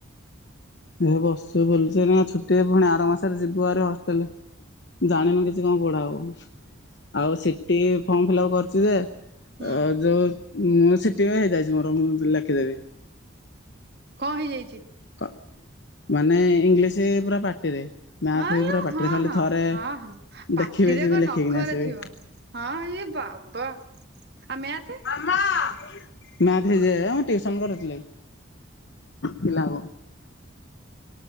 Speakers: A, on the left; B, on the right.
A: ଏ ବସିଚି ବୁଲୁଚି ଏନା ଛୁଟିରେ ପୁଣି ଆର ମାସରେ ଯିବୁ ଆରେ ହଷ୍ଟେଲ। ଜାଣିନୁ କିଛି କଣ ପଢା ହବ ଆଉ ସିଟି ଫର୍ମ ଫିଲପ କରିଛି ଯେ ଅ
B: ହୁଁ
A: ଯୋଉ ମୁଁ ସିଟି ପାଇଁ ହେଇ ଯାଇଛି ମୋର ମୁଁ ଯ ଲେଖିଦେମି।
B: କଂ ହେଇଯାଇଚି?
A: କ ମାନେ ଇଂଲିଶ ପୁରା ପାଟିରେ। ମ୍ୟାଥ
B: ହଁ
A: ବି
B: ଲୋ
A: ପୁରା ପାଟିରେ
B: ହଁ
A: ଖାଲି
B: ହଁ
A: ଥରେ
B: ହଁ ହଁ ପାଟିରେ
A: ଦେଖିବି ଯିବି
B: କଣ
A: ଲେଖିକିଣା
B: ନଖରେ
A: ଆସିବି।
B: ଥିବ। ହଁ ୟେ ବାବା ଆ ମ୍ୟାଥ।
A: <inaudible> ମ୍ୟାଥ ହେଇଯାଏ ହଁ ଟିଉସନ୍ କରୁଥିଲି ପିଲାଙ୍କୁ।